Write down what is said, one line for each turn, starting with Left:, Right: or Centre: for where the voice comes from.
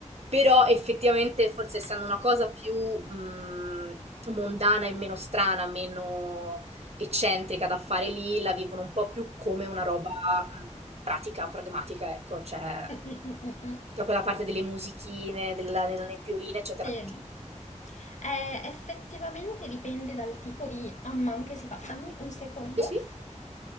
Right: Però effettivamente, forse essendo una cosa più mm, mondana e meno strana, meno eccentrica da fare lì, la vivono un po' più come una roba mm, pratica, pragmatica, ecco, cioè
Left: Mm-mm-mm-mm.
Right: tutta quella parte delle musichine, della, delle nebbioline, eccetera.
Left: Sì.
Right: Cioè,
Left: Eh, effettivamente dipende dal tipo di amman che si fa. Dammi un secondo.
Right: Sì, sì.